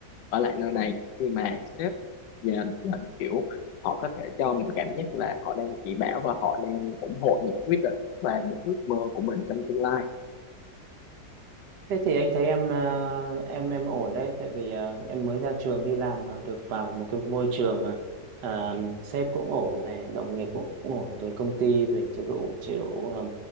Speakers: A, on the left; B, on the right.
A: ở lại nơi này khi mà sếp dần dần kiểu họ có thể cho mình cảm giác là họ đang chỉ bảo và họ đang ủng hộ những quyết định và những ước mơ của mình trong tương lai
B: Thế thì anh thấy em ờ, em em ổn đấy, tại vì ờ, em mới ra trường đi làm mà được vào một cái môi trường mà ờ, sếp cũng ổn này, đồng nghiệp cũng ổn, rồi công ty về chế độ chế độ ờ,